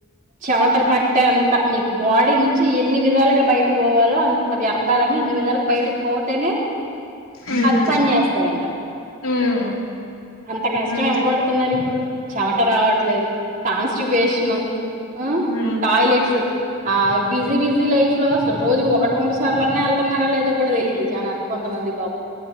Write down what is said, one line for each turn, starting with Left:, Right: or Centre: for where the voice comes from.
Right: చమటలు పట్టే అంతా నీకు బాడీ నుంచి ఎన్ని విధాలుగా బయటకు పోవాలో అన్ వ్యర్థాలన్నీ అన్ని విధాలుగా బయటకు పోతేనే
Left: మ్మ్
Right: అవ్ పని చేస్తాయంట
Left: మ్మ్
Right: అంత కష్టం
Left: అంతే
Right: ఎవ్వరు పడుతున్నారు ఇప్పుడు చెమట రావట్లేదు కాన్స్టిపేషను ఉ
Left: మ్మ్ మ్మ్
Right: టాయ్లెట్స్ ఆ బిజీ బిజీ లైఫ్ లో అసలు రోజు ఒకటి రెండు సార్లు అన్నా వెళ్తున్నారా లేదో కూడా తెలీదు జనాలు కొంతమంది పాపం